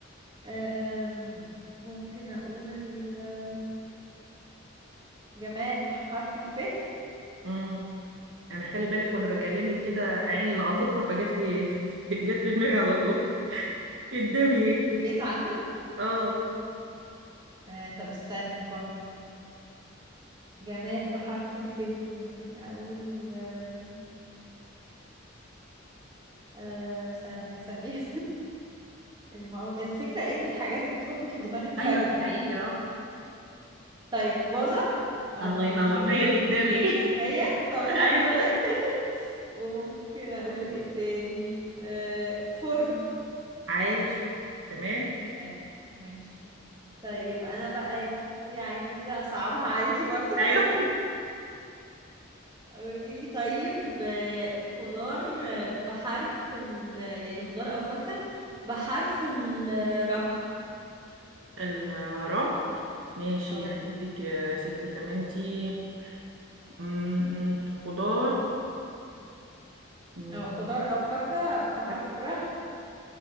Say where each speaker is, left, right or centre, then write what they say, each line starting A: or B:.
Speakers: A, on the right (about 20°); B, on the right (about 65°).
A: أم، ممكن أقول آه، جماد بحرف الف في
B: مم. انا خلي بالك وانا بكلمك كده عيني لقطتها فجت في <laughs> جت في دماغي على طول قدامي ايه
A: البيت عندك
B: اه
A: أه طب استني هفكر جماد بحرف الف ممكن أقول آم، أه ثانية ثانية <laughs> المو... الفكرة إن الحاجات بتروح من دماغك
B: ايوه
A: فجأة
B: دي حقيقة
A: طيب فازة ولا
B: اه الله
A: ما تمشيش
B: ينور
A: بالف
B: ما هي اللي قدامي ايه <laughs>
A: هي طب الحمد
B: ايوه
A: لله <laughs> وممكن أقول إيه تاني أه فرن
B: عاش تمام
A: حلو ماشي طيب أنا بقى يا ستي عايزة أصعبها عليكي برضه
B: ايوه
A: قوليلي طيب آه، خضار آه، بحرف ال يعني خضار أو فاكهة بحرف الراء
B: <laughs> الراء ماشي
A: اه
B: يعني عندك يا ستي اللمنتي م- م- خضار م-
A: اه خضار او فاكهة بحرف
B: فاكهة.
A: الراء